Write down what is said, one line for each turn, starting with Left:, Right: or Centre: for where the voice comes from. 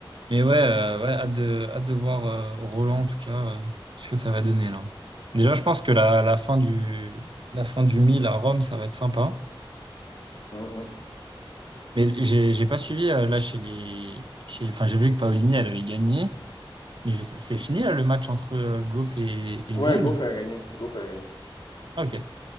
Right: Mais ouais, euh, ouais, hâte de, hâte de voir euh, Roland en tout cas euh, ce que ça va donner là. Déjà, je pense que la, la fin du la fin du 1000 à Rome, ça va être sympa.
Left: Mm, mm.
Right: Mais j'ai j'ai pas suivi euh, là chez les chez enfin j'ai vu que Paolini elle avait gagné, mais je sais- c'est fini là le match entre euh, Goff et, et
Left: Ouais,
Right: Zeng?
Left: Goff, elle a gagné. Goff, elle a gagné.
Right: Ah, Ok.